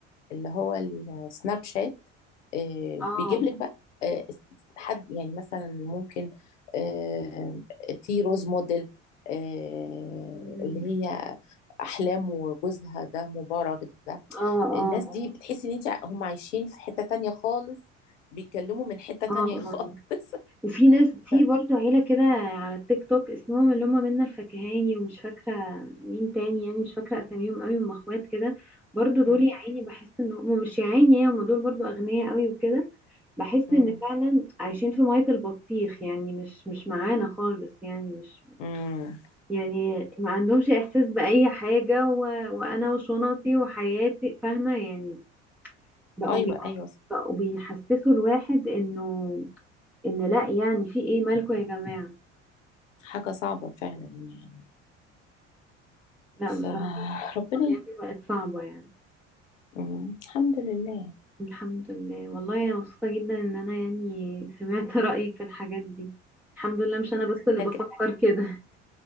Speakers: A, on the left (about 80°); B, in the centre.
A: اللي هو السناب شات آه،
B: اه
A: بيجيب لك بقى آه، حد يعني مثلا ممكن آه، في روز موديل آه،
B: م.
A: اللي هي احلام وجوزها ده مبارك ده
B: اه اه
A: الناس دي بتحسي ان انت هم عايشين في حتة تانية خالص بيتكلموا من حتة تانية
B: اه اه
A: خالص
B: وفي ناس
A: <laughs>
B: في برضو عيلة كده على التيك توك اسمهم اللي هم منا الفكهاني ومش فاكرة مين تاني يعني مش فاكرة أساميهم قوي هم اخوات كده برضو
A: ف...
B: دول يا عيني بحس ان هم مش يا عيني يعني هم دول برضو أغنياء قوي وكده بحس
A: امم
B: ان فعلا عايشين في مية البطيخ يعني مش مش معانا خالص يعني مش
A: امم
B: يعني ما عندهمش إحساس بأي حاجة و... وأنا وشنطي وحياتي فاهمة يعني بقوا
A: ايوه
B: بي...
A: ايوه
B: بقوا بيحسسوا الواحد انه ان لا يعني في ايه مالكوا يا جماعة
A: حاجه صعبه فعلا يعني
B: لا
A: فربنا
B: بصراحة المواضيع
A: ي-
B: دي بقت صعبة يعني
A: مم. الحمد لله
B: الحمد لله والله أنا مبسوطة جدا إن أنا يعني سمعت <laughs> رأيك في الحاجات دي الحمد لله مش أنا بس اللي بفكر
A: أنا ك-
B: كده